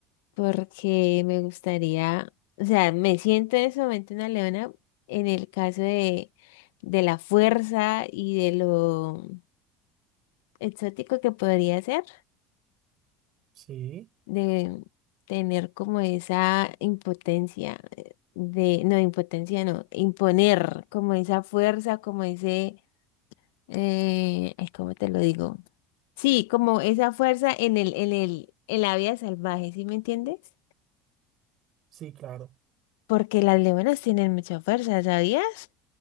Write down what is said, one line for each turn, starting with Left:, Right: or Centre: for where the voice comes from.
Left: Porque me gustaría, o sea, me siento en ese momento una leona en el caso de, de la fuerza y de lo exótico que podría ser,
Right: sí,
Left: de tener como esa impotencia, eh, de, no, impotencia no, imponer como esa fuerza, como ese eh, ay, ¿cómo te lo digo? Sí, como esa fuerza en el, en el, en la vida salvaje, ¿sí me entiendes?
Right: sí, claro.
Left: Porque las leonas tienen mucha fuerza, ¿sabías?